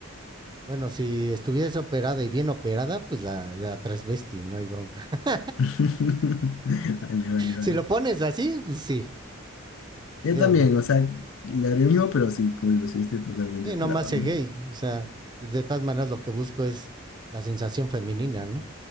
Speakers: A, on the right; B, on the left.
A: Bueno, si estuvieras operada y bien operada, pues la, la transvesti, no hay bronca. <laughs>
B: <laughs> Vale, vale, vale.
A: Si lo pones así, pues sí.
B: Yo
A: Digo,
B: también, o sea, le haré mismo, pero sí, como digo, sí estoy totalmente
A: sí,
B: operado,
A: no más sé
B: ¿no?
A: gay. O sea, de todas maneras lo que busco es la sensación femenina, ¿no?